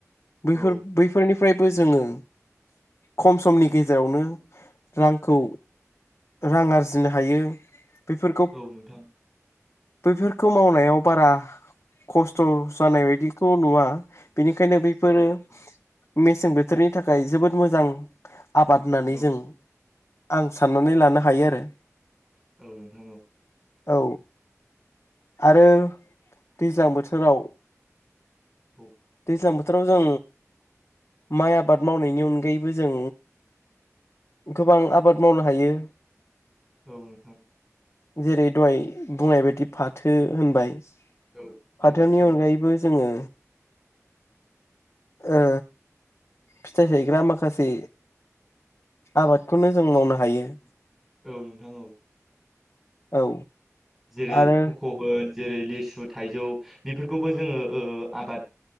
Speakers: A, on the left; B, in the centre.
A: बैफोर
B: औ
A: बैफोरनि फ्रायबो जोङो खम समनि गेजेरावनो रांखौ रां आरजिनो हायो बेफोरखौ
B: औ नोंथां
A: बैफोरखौ मावनायाव बारा खस्थ' जानाय बायदिखौ नुवा बेनिखायनो बैफोरो
B: औ नोंथां
A: मेसें बोथोरनि थाखाय जोबोद मोजां आबाद होननानै
B: औ
A: जों आं साननानै लानो हायो आरो
B: औ नोंथां औ
A: औ आरो दैज्लां बोथोराव
B: औ
A: दैज्लां बोथोराव जों माइ आबाद मावनायनि अनगायैबो जों गोबां आबाद मावनो हायो
B: औ नोंथां
A: जेरै दहाय बुंनाय बायदि फाथो होनबाय फाथोनि
B: औ औ नोंथां
A: अनगायैबो जोङो ओ फिथाइ थायग्रा माखासे आबादखौनो जों मावनो हायो
B: औ नोंथां औ
A: औ
B: जेरै
A: आरो
B: खक' होन जेरै लिसु थाइजौ बेफोरखौबो जोङो ओ आबाद